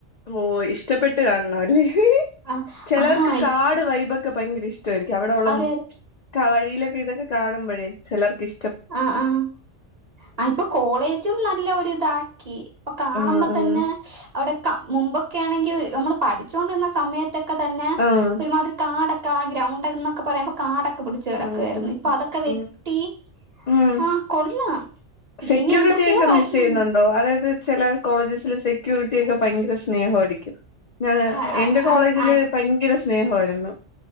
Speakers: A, on the left; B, on the right.
A: ഓ ഇഷ്ടപ്പെട്ട് കാണണംല്ലേ..
B: ആഹ്
A: ചിലർക്ക്
B: ആഹ്
A: കാട് വൈഭ- ക്ക ഭയങ്കര ഇഷ്ടായിരിക്കും അവിടെ ഉള്ളം
B: അതെ അതെ
A: ക വഴിയിലൊക്കെ ഇതൊക്കെ കാണുമ്പോഴേ ചെലർക്ക് ഇഷ്
B: ആഹ ആഹ. ആ ഇപ്പൊ കോളേജും നല്ല ഒ ഇതാക്കി ഇപ്പൊ കാണുമ്പോ
A: ആഹ് ആഹ്
B: തന്നെ അവിടക്ക മുമ്പൊക്കേണെങ്കി നമ്മൾ പഠിച്ചൊണ്ടിരുന്ന സമയത്തൊക്കെ തന്നെ
A: ആഹ്
B: ഒരുമാതിരി കാട. കാ ഗ്രൗണ്ട് എന്നൊക്കെ പറയുമ്പോ കാടൊക്കെ പിടിച്ച് കിടക്കുവായിരുന്നു
A: ഉം ഉം
B: ഇപ്പ അതൊക്കെ വെട്ടി.
A: ഉം ഉം
B: ആ കൊള്ളാം
A: സെക്യൂരിറ്റിയൊക്കെ
B: ഇനി എന്തൊക്കെയോ വരണന്ന്
A: മിസ്സെ യ്യുന്നുണ്ടോ അ അത് ചില കോളേജസിലെ സെക്യൂരിറ്റി ഒക്കെ ഭയങ്കര സ്നേഹായിരിക്കും. ഞ
B: ആ
A: എറെ കോളേജില്
B: ആ ആ
A: ഭയങ്കര സ്നേഹമായിരുന്നു